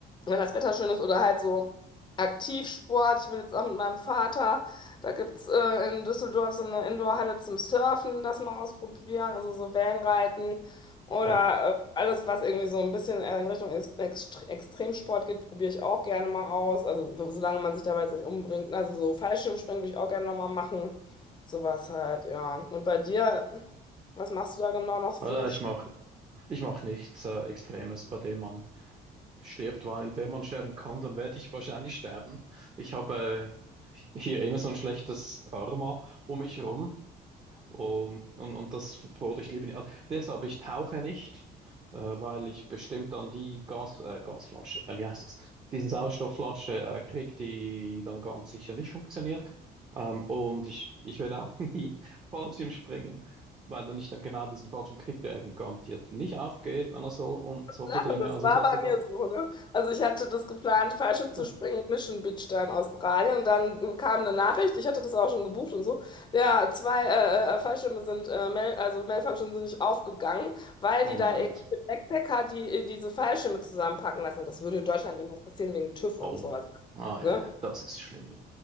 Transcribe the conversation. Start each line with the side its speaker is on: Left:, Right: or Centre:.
Left: wenn das Wetter schön ist oder halt so Aktivsport. Ich will jetzt auch mit meinem Vater. Da gibt es äh, in Düsseldorf so eine Indoorhalle zum Surfen, das mal ausprobieren. Also, so Wellenreiten oder
Right: Oh,
Left: äh, alles, was irgendwie so ein bisschen äh, in Richtung Ex Ext- Extremsport geht, probiere ich auch gerne mal aus. Also, so, solange man sich dabei jetzt nicht umbringt. Also, so Fallschirmspringen würde ich auch gerne nochmal machen. Sowas halt, ja. Und bei dir, was machst du da genau noch
Right: äh,
Left: für
Right: ich
Left: so
Right: mach, Ich mache nichts äh, Extremes, bei dem man stirbt, weil wenn man sterben kann, dann werde ich wahrscheinlich sterben. Ich habe äh, hier immer so ein schlechtes Karma um mich herum. Um, und, und das wurde ich lieber nicht. Also deshalb, ich tauche nicht, äh, weil ich bestimmt dann die Gas, äh, Gasflasche, äh, wie heißt das? Diese Sauerstoffflasche äh, kriege, die dann ganz sicher nicht funktioniert. Ähm, und ich, ich werde auch <laughs> nie Fallschirm springen, weil dann ich dann genau diesen Fallschirm kriege, der eben garantiert nicht aufgeht, wenn er soll und solche
Left: lachen,
Right: Dinge.
Left: das
Right: Also
Left: war
Right: ich lasse
Left: bei
Right: das
Left: mir
Right: halt.
Left: so, ne? Also ich hatte das geplant, Fallschirm zu
Right: Oh,
Left: springen, Mission Beach da in Australien und dann kam eine Nachricht, ich hatte das auch schon gebucht und so, ja, zwei äh, äh, äh, Fallschirme sind, äh, Mail, also Mailfunctions sind nicht aufgegangen, weil
Right: oh
Left: die
Right: mein
Left: da
Right: Gott.
Left: irgendwelche Backpacker, die äh, diese Fallschirme zusammenpacken lassen. Das würde in Deutschland niemals passieren wegen TÜV und
Right: Oh,
Left: so, also,
Right: ah, ja,
Left: ne?
Right: ja, das ist schlimm. Ja,